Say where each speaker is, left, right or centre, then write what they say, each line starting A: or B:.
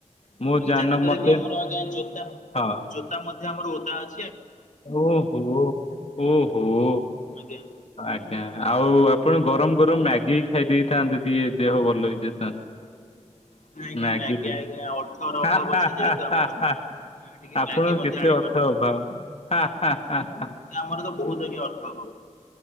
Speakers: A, on the left; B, on the left.
A: ମୁଁ
B: ଆମ
A: ଜାନ
B: ଯାହାଦ୍ୱାରା
A: ମତେ
B: କି ଆମର ଆଜ୍ଞା ଜୋତା
A: ହଁ
B: ଜୋତା ମଧ୍ୟ ଆମର ଓଦା ଅ
A: ଓହୋ ହୁଁ ହୁଁ।
B: ଆଜ୍ଞା।
A: ଆଜ୍ଞା ଆଉ ଆପଣ ଗରମ ଗରମ ମ୍ୟାଗି ଖାଇ ଦେଇଥାନ୍ତେ ଟିକେ ଦେହ ଭଲ ହେଇଯାଇଥା ନାଁ
B: ନାଇଁ ଆଜ୍ଞା
A: ମ୍ୟାଗିକି
B: ମ୍ୟାଗି ଆଜ୍ଞା ଅର୍ଥର ଅଭାବ
A: ହାଁ
B: ଅଛି
A: ହାଁ
B: ଯେହେତୁ ଆମର।
A: ହାଁ
B: ତେଣୁ
A: ହାଁ।
B: ଆମେ ଟିକେ
A: ଆପଣଙ୍କ
B: ମ୍ୟାଗି ମଧ୍ୟ
A: କେତେ
B: ଆଣିପାରୁନୁ
A: ଅର୍ଥ ଅଭାବ ହାଁ ହାଁ ହାଁ।
B: ଆମର ତ ବହୁତ ଆଜ୍ଞା ଅର୍ଥ ଅଭାବ।